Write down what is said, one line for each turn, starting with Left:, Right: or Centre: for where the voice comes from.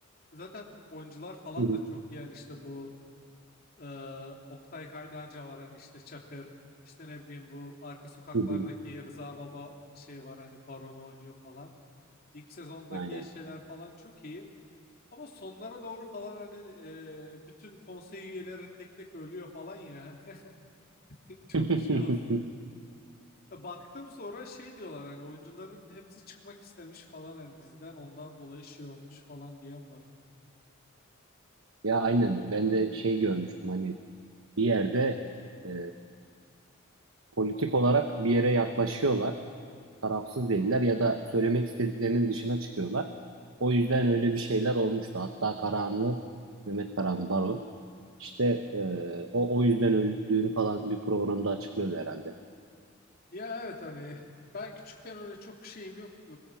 Left: Zaten oyuncular falan
Right: Hı hı,
Left: da çok iyi. yani işte bu Ee, Oktay Kaynarca var hani işte Çakır. işte ne bileyim bu arka sokaklardaki
Right: hı hı.
Left: Rıza Baba şey var hani baronu oynuyor falan. İlk sezondaki
Right: Aynen.
Left: şeyler falan çok iyi. Ama sonlara doğru falan hani e, bütün konsey üyeleri tek tek ölüyor falan ya. <laughs> Çok
Right: <laughs>
Left: şey oldu. Baktım sonra şey diyorlar hani oyuncuların hepsi çıkmak istemiş falan hani diziden ondan dolayı şey olmuş falan diyen var.
Right: Ya aynen. Ben de şey görmüştüm hani bir yerde e, politik olarak bir yere yaklaşıyorlar. tarafsız değiller ya da söylemek istediklerinin dışına çıkıyorlar. O yüzden öyle bir şeyler olmuştu. Hatta Karahanlı, Mehmet Karahanlı Baron işte e, o o yüzden öldüğünü falan bir programda açıklıyordu herhalde.
Left: Ya evet hani ben küçükken öyle çok şeyim yoktu